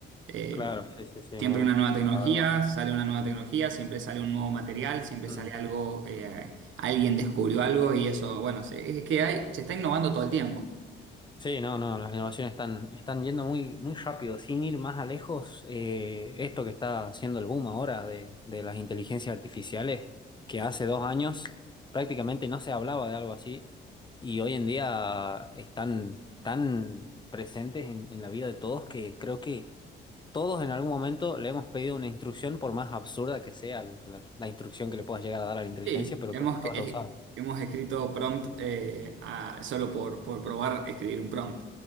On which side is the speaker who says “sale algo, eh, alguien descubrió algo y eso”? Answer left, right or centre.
Right